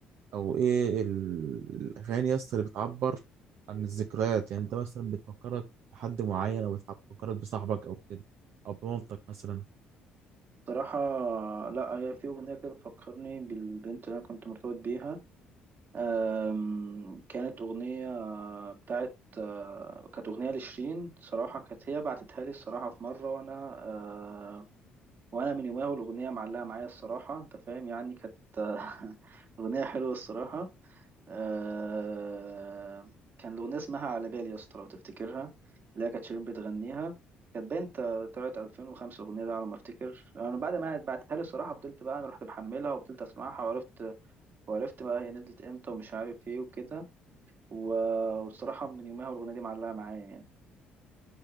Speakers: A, on the right (about 65°); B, on the right (about 50°).
A: او ايه ال- الاغاني يا اسطى اللي بتعبر عن الذكريات يعني انت مثلا بتفكرك بحد معين او بتفكرك بصاحبك او كده او بمامتك مثلا
B: صراحة لا هي في أغنية كده بتفكرني بالبنت اللي أنا كنت مرتبط بيها أم، كانت أغنية بتاعت أه، كانت أغنية لشيرين صراحة كانت هي بعتتها لي الصراحة في مرة وأنا أه، وأنا من يومها والأغنية معلقة معايا الصراحة أنت فاهم يعني كانت آه، <laughs> أغنية حلوة الصراحة آه كان الأغنية اسمها على بالي يا اسطى لو تفتكرها اللي هي كانت شيرين بتغنيها كانت باين ت- طلعت 2005 الأغنية دي على ما أفتكر أنا بعد ما بعتها لي الصراحة فضلت بقى أنا رحت محملها وفضلت أسمعها وعرفت وعرفت بقى هي نزلت إمتى ومش عارف إيه وكده و- والصراحة من يومها والأغنية دي معلقة معايا يعني